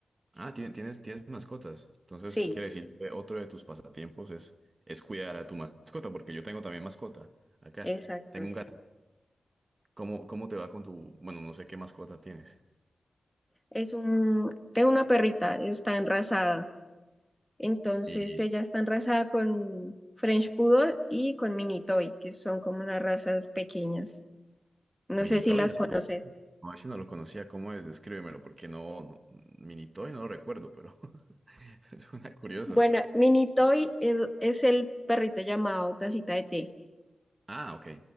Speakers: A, on the right (about 35°); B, in the centre.
A: Ah, ti- tienes, tienes mascotas. Entonces,
B: Sí,
A: quiere decir que otro de tus pasatiempos es, es cuidar a tu mascota, porque yo tengo también mascota acá.
B: exacto,
A: Tengo un
B: sí.
A: gato. ¿Cómo, cómo te va con tu, bueno, no sé qué mascota tienes?
B: Es un, tengo una perrita, está enrasada. Entonces
A: Y
B: ella está enrasada con French Poodle y con Mini Toy, que son como unas razas pequeñas. No
A: Minitoy,
B: sé si las
A: ese-
B: conoces.
A: no, ese no lo conocía, ¿cómo es? Descríbemelo, porque no, no Minitoy no lo recuerdo, pero <laughs> suena curioso.
B: Bueno, Mini Toy es, es el perrito llamado Tacita de Té.
A: Ah, ok,